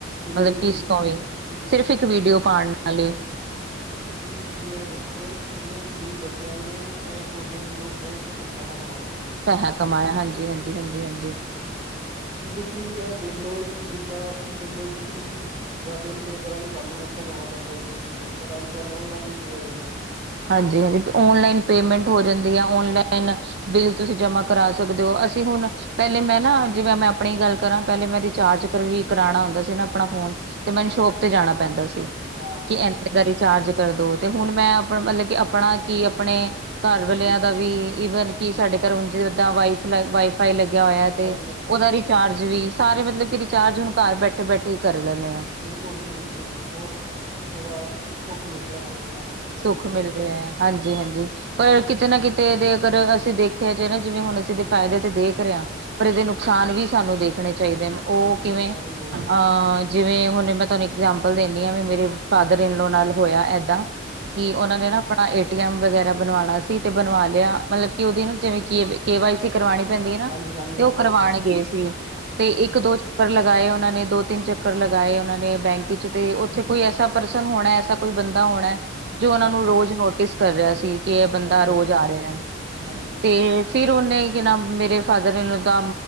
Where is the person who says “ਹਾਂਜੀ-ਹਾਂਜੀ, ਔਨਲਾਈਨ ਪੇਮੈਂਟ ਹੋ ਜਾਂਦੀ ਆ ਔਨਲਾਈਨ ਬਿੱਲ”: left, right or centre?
Right